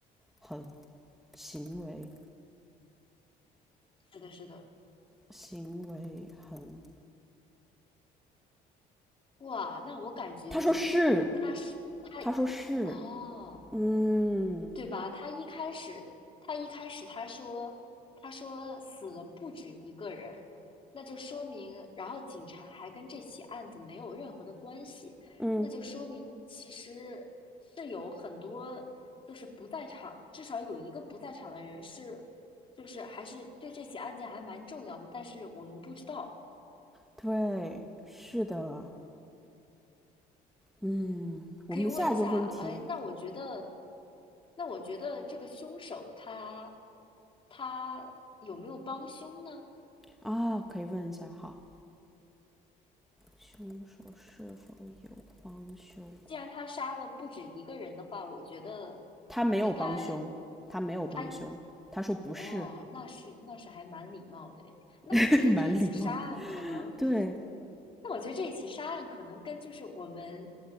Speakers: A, in the centre; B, on the left (about 30°).
A: 很行为？
B: 是的，是的，
A: 行为很
B: 哇，那我感觉他是他
A: 他说是，他说是，
B: 哦。
A: 嗯
B: 对吧？他一开始，他一开始他说，他说死了不止一个人，那就说明，然后警察还跟这起案子没有任何的关系，
A: 嗯，
B: 那就说明其实是有很多就是不在场，至少有一个不在场的人是，就是还是对这起案件还蛮重要的，但是我们不知道。
A: 对，是的，嗯。我们下一个问题
B: 可以问一下，哎，那我觉得，那我觉得这个凶手他他有没有帮凶呢？
A: 啊，可以问一下，好，凶手是否帮凶？
B: 既然他杀了不止一个人的话，我觉得
A: 他没有帮凶，
B: 应该
A: 他没有帮凶，
B: 他
A: 他说不是，
B: 哦，那是那是还蛮礼貌的诶。那我觉得这一起杀案可能，
A: <laughs> 蛮礼貌的。对，
B: 那我觉得这一起杀案可能跟就是我们